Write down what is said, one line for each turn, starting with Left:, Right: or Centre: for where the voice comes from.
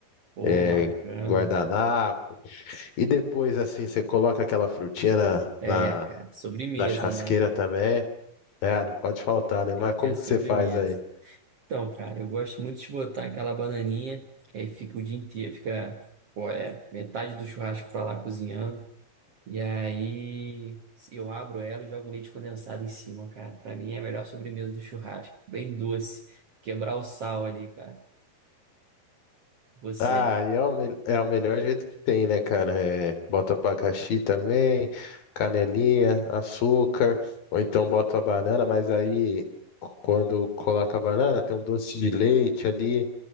Right: Pô,
Left: é,
Right: bacana.
Left: guardanapo. E depois, assim, você coloca aquela frutinha na,
Right: É,
Left: na,
Right: cara, sobremesa,
Left: na churrasqueira
Right: né?
Left: também. É, não pode faltar, né?
Right: Tem
Left: Mas
Right: que
Left: como
Right: ter a sobremesa.
Left: que você faz aí?
Right: Então, cara, eu gosto muito de botar aquela bananinha, que aí fica o dia inteiro, fica, pô, é, metade do churrasco pra lá cozinhando. E aí eu abro ela e jogo um leite condensado em cima, cara. Pra mim é a melhor sobremesa do churrasco. Bem doce. Quebrar o sal ali, cara. Você.
Left: Ah, e é o, me- é o melhor jeito que tem, né, cara? É, bota abacaxi também, canelinha, açúcar, ou então bota a banana, mas aí c- quando coloca a banana tem um doce de leite ali.